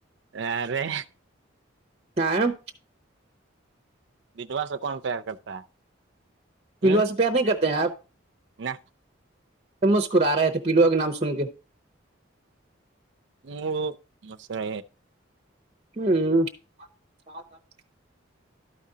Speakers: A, on the right; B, on the right.
A: آرے
B: تار
A: ودھوا سے کون پیار کرتا ہے
B: پلوا
A: ہوں
B: سے پیار نہیں کرتے ہیں آپ
A: نہ
B: مسکر رہے تھے پلوا کے نام سن کے
A: ہ مسر
B: ہ